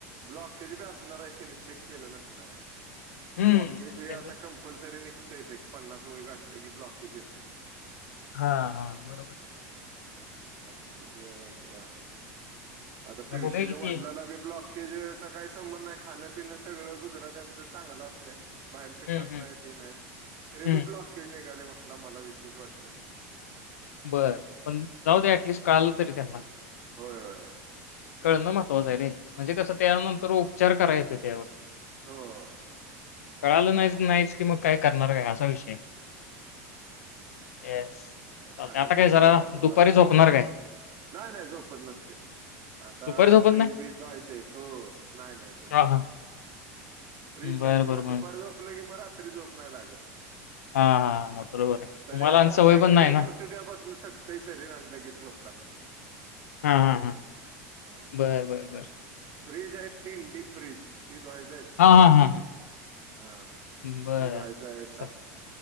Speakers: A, on the right (about 50°); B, on the left (about 85°).
A: ब्लॉकेज बी असणार आहे त्याने चेक केलं नसणार आहे.
B: हं.
A: ब्लॉकेज हे
B: त्यांनी
A: आता कंपल्सरी निघ. च एक पन्नास वेळ गठले की ब्लॉकेज येतेच.
B: हा हा बरोबर.
A: मु्रीच मुळा <unintelligible>
B: बघूया की ते
A: केजेचा काही संबंध नाही. खाणपिणं सगळं गुजरात्यांच चांगलं असतंय. बाहेरचे
B: हं,
A: खात
B: हं.
A: नाहीत ही नाहीत तरी
B: हं.
A: बी ब्लॉकेज निघाले म्हण. न मला विशेष वाटलं.
B: बरं पण
A: हम्म
B: जाऊ दे ऍटलिस्ट कळलं तरी त्यांना.
A: होय होय होय.
B: कळणं महत्वाचं है रे. म्हणजे कसं त्यानंतर उपचार करायचं. <inaudible>
A: हो हो.
B: कळालं नाही नाहीच की मग काय करणार काय असा विषय येस. चालतंय.
A: खाण्यापिण्यामुळ
B: आता काय जरा
A: माधव
B: दुपारी
A: लागते
B: झोपणार
A: वाडा
B: काय?
A: नाय नाय झोपत नसतं. आता
B: दुपारी झोपत
A: फ्रीज
B: नाही?
A: बीज धुवायचेत हो नाय नाय झोपत
B: हां, हां.
A: फ्रीज
B: बरं,
A: धुवायचे
B: बरं, बरं.
A: दुपारी झोपलं की मग रात्री झोप नाहीय नाय लागत
B: हां, हां, हां. बरोबर आहे.
A: तरी
B: तुम्हाला
A: आता
B: आणि सवय
A: नाईट.
B: पण
A: कलिंग
B: नाही ना?
A: करतोय त्यापासून थकतय शरीर आणि लगेच झोप लागते.
B: हम्म्म.
A: हा
B: बर बर.
A: फ्रीज आहेत तीन डीप फ्रीज ती धुवायचं.
B: हां, हां, हां, हां.
A: <unintelligible> लय
B: बरं. असं.